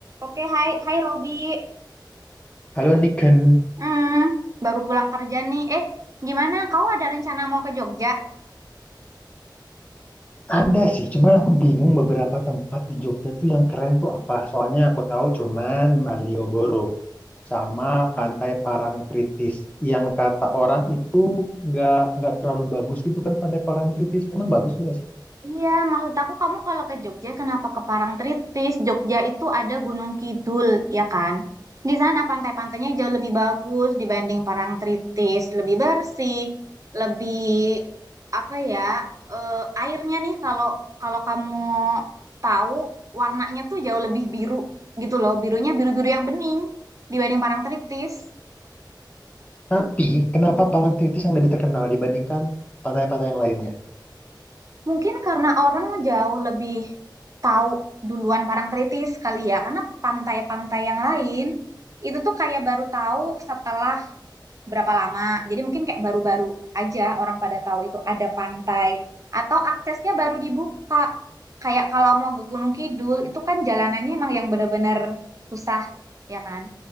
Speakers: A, on the right; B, on the left.
A: Oke, hai, hai Robi.
B: Halo Niken,
A: Hmm, baru pulang kerja nih. Eh, gimana? Kau ada rencana mau ke Jogja?
B: ada sih, cuman aku bingung beberapa tempat di Jogja tuh yang keren tuh apa. Soalnya aku tahu cuman Malioboro sama Pantai Parangtritis yang kata orang itu nggak nggak terlalu bagus gitu kan Pantai Parangtritis. Emang bagus nggak sih?
A: Iya, maksud aku kamu kalau ke Jogja, kenapa ke Parangtritis? Jogja itu ada Gunung Kidul, ya kan? Di sana pantai-pantainya jauh lebih bagus dibanding Parangtritis, lebih bersih, lebih apa ya? eh, airnya nih kalau kalau kamu tahu warnanya tuh jauh lebih biru gitu loh, birunya biru-biru yang bening dibanding Parangtritis.
B: Tapi kenapa Parangtritis yang lebih terkenal dibandingkan pantai-pantai yang lainnya?
A: Mungkin karena orang jauh lebih tahu duluan Parangtritis kali ya, karena pantai-pantai yang lain itu tuh kayak baru tahu setelah berapa lama. Jadi mungkin kayak baru-baru aja orang pada tahu itu ada pantai atau aksesnya baru dibuka. Kayak kalau mau ke Gunung Kidul itu kan jalanannya emang yang bener-bener susah, ya kan?